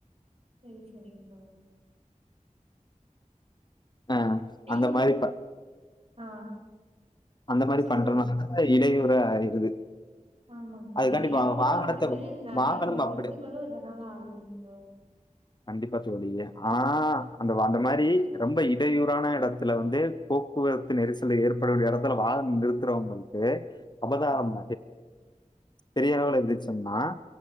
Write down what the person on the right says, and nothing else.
செரி செரிங் தோழா
நீங்க
ஆ
சொல்லுங்க.
ஆமாங் தோ
இடையூறூ
ஆகுது நறைய
விபத்துகளு
இதனால ஆகுதுங்க தோழா
ம்,
ம்,